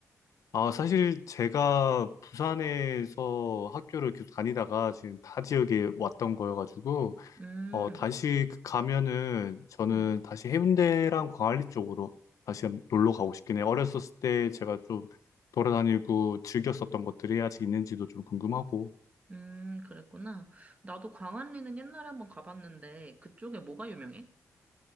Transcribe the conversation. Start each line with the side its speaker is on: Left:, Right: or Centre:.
Left: 아, 사실 제가 부산에서 학교를 계속 다니다가 지금 타 지역에 왔던 거여가지고,
Right: 음,
Left: 어, 다시 그- 가면은 저는
Right: 음,
Left: 다시 해운대랑 광안리 쪽으로 다시 한번 놀러 가고 싶긴 해요. 어렸었을 때 제가 좀 돌아다니고 즐겼었던 것들이 아직 있는지도 좀 궁금하고.
Right: 음, 그랬구나. 나도 광안리는 옛날에 한번 가봤는데 그쪽에 뭐가 유명해?